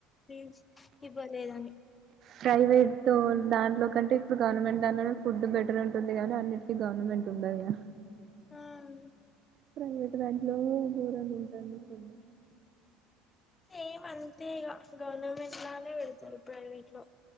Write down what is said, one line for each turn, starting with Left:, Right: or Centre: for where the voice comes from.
Left: ఫీజ్ ఇవ్వలేదని
Right: ప్రైవేట్ తో దాంట్లో కంటే ఇప్పుడు గవర్నమెంట్ దాంట్లోనే ఫుడ్ బెటర్ ఉంటుంది కాగానీ అన్నిటికీ గవర్నమెంట్ ఉంనంగా
Left: ఆన్
Right: ప్రైవేట్ దాంట్లో గోరంగా ఉంటాంది ఫుడ్
Left: సేమ్ అంతే ఇగ గవర్నమెంట్ లానే పెడతారు. ప్రైవేట్ లో